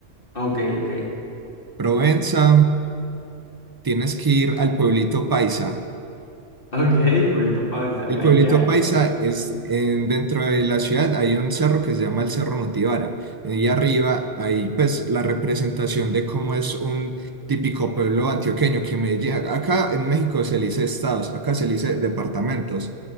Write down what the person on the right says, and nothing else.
Provenza, tienes que ir al pueblito Paisa.
El
pueblito
Paisa es en- dentro de la ciudad, hay un cerro que se llama el Cerro Notivara. Y arriba hay pues la representación de cómo es un típico pueblo antioqueño que Medellín, acá en México se le dice estados, acá se le dice departamentos.